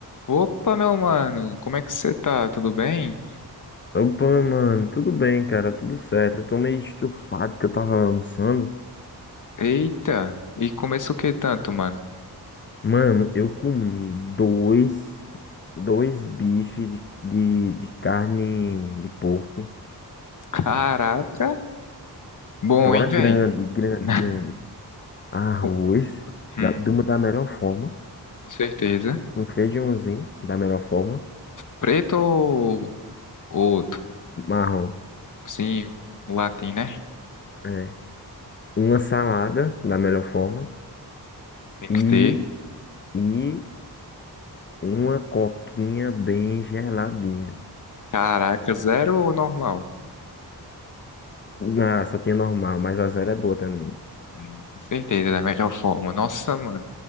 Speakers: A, on the left (about 50°); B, on the left (about 30°).
A: Opa, meu mano, como é que você tá? Tudo bem?
B: Opa, mano, tudo bem, cara, tudo certo. Eu tô meio estufado que eu tava almoçando.
A: Eita, e começou o que tanto, mano?
B: Mano, eu comi dois, dois bifes de, de, de carne de porco.
A: Caraca, bom,
B: Agora
A: hein,
B: grande,
A: velho?
B: grande,
A: <laughs>
B: grande. Arroz,
A: Com hum,
B: da, de uma da melhor forma.
A: com certeza.
B: Um feijãozinho, da melhor forma.
A: Preto ou outro?
B: Marrom,
A: Sim, um latim, né?
B: é. Uma salada, da melhor forma.
A: Tem
B: E,
A: que ter.
B: e uma coquinha bem geladinha.
A: Caraca, zero ou normal?
B: Ah, só tinha normal, mas a zero é boa também.
A: É, com certeza, da melhor forma. Nossa, mano,